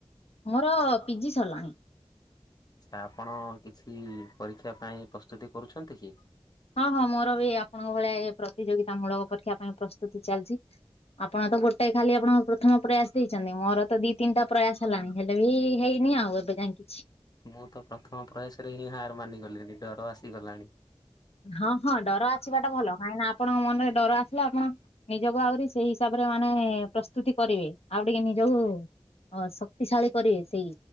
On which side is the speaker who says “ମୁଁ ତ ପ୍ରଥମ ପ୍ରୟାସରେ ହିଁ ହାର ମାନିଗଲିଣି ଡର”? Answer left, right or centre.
Left